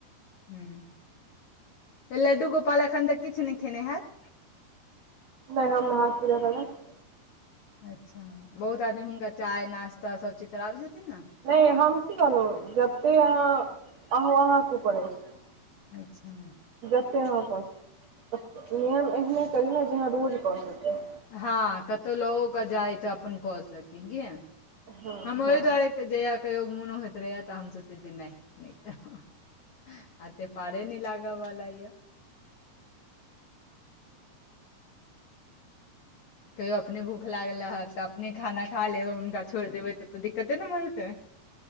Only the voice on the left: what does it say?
हूं लड्डू गोपालाल एखन तक किछु नै खेने हेएत
अच्छा बहुत आदमी हुनका चाय नास्ता सबचीज कराबै छथिन न
अच्छा
हँ कतहु लवो क जाइ तऽ अपन कऽ सकी की
हम
ओहि दुआरे जयहिया कहियो मुनो होत रहया तऽ हम सोच छी नै नै ले आते पाड़े नै लागै वाला यै कहियो अपने भूख लागल रहत तऽ अपने खाना खा लेब हुनका छोड़ि देबै तब त दिकक्ते नै भजेतै